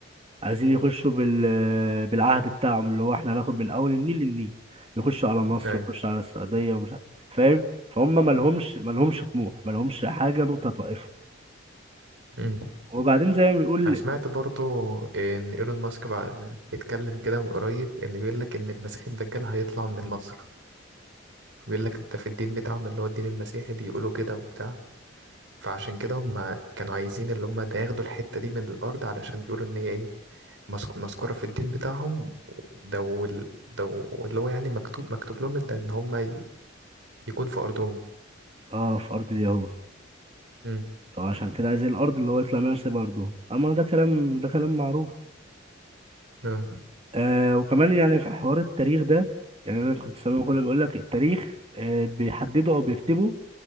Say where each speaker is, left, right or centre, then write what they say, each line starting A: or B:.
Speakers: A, on the right (about 30°); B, on the right (about 70°).
A: عايزين يخشوا بال بالعهد بتاعهم اللي هو احنا هناخد من اول النيل للنيل يخشوا على مصر
B: ايوه
A: يخشوا على السعوديه ومش عارف فاهم فهم مالهمش مالهمش طموح مالهمش حاجه نقطه توقفهم
B: امم
A: وبعدين زي ما بيقول
B: انا سمعت برضه ان ايلون ماسك بقى اتكلم كده من قريب ان بيقول لك ان المسيح الدجال هيطلع من مصر بيقول لك ده في الدين بتاعهم اللي هو الدين المسيحي بيقولوا كده وبتاع فعشان كده هم كانوا عايزين اللي هم ده ياخدوا الحتة دي من الارض علشان بيقولوا ان هي ايه مذك- مذكورة في الدين بتاعهم ده وال- ده واللي هو يعني مكتوب مكتوب لهم ده ان هم يكون في أرضهم
A: اه في ارض اليهود
B: امم
A: فعشان كده عايزين الارض اللي هو يطلع منها سيب ارضهم اما ده كلام ده كلام معروف
B: اه
A: آه وكمان يعني في حوار التاريخ ده يعني انا كنت سامع كله بيقول لك التاريخ آه بيحدده او بيكتبه